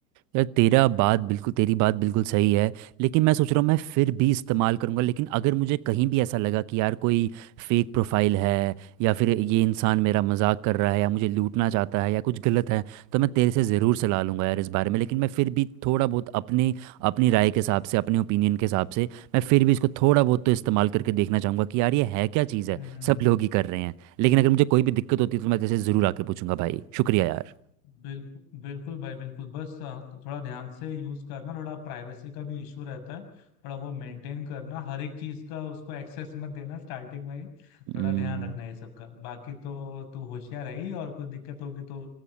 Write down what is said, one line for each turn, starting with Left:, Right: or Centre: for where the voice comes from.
Right: यार तेरा बात बिल्कुल तेरी बात बिल्कुल सही है लेकिन मैं सोच रहा हूँ मैं फिर भी इस्तेमाल करूँगा लेकिन अगर मुझे कहीं भी ऐसा लगा कि यार कोई फेक प्रोफाइल है या फिर ये इंसान मेरा मजाक कर रहा है या मुझे लूटना चाहता है या कुछ गलत है तो मैं तेरे से ज़रूर सलाह लूँगा यार इस बारे में लेकिन मैं फिर भी थोड़ा बहुत अपने अपनी राय के हिसाब से अपने ओपिनियन के हिसाब से मैं फिर भी इसको थोड़ा बहुत तो इस्तेमाल करके देखना चाहूँगा कि यार ये है क्या चीज़
Left: हम्म
Right: है
Left: हम्म
Right: सब
Left: हम्म।
Right: लोग ही कर रहे हैं लेकिन अगर मुझे कोई भी दिक्कत होती है तो मैं तेरे से ज़रूर आके पूछूंगा भाई शुक्रिया यार
Left: बिल्कुल बिल्कुल भाई बिल्कुल बस अ, थोड़ा ध्यान से यूज करना थोड़ा प्राइवेसी का भी इशू रहता है थोड़ा वो मेंटेन करना हर एक चीज का उसको एक्सेस मत देना स्टार्टिंग में ही थोड़ा
Right: हम्म,
Left: ध्यान रखना ये सब का बाकी तो तू होशियार है ही और कुछ दिक्कत होगी तो